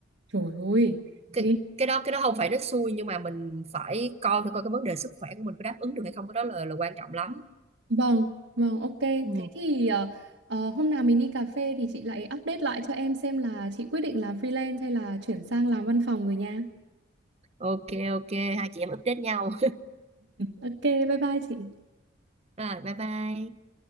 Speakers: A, on the right (about 70°); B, on the right (about 35°).
A: Trời ơi,
B: cái
A: ghê.
B: cái đó cái đó không phải nó xui nhưng mà mình phải coi thử coi cái vấn đề sức khỏe của mình có đáp ứng được hay không cái đó là là quan trọng lắm
A: Vâng, vâng, ok.
B: ừ.
A: Thế thì ờ, ờ, hôm nào mình đi cà phê thì chị lại update lại cho em xem là chị quyết định làm freelance hay là chuyển sang làm văn phòng rồi nha.
B: ok ok hai chị em update nhau
A: Ok, bye bye chị.
B: <laughs> rồi bye bye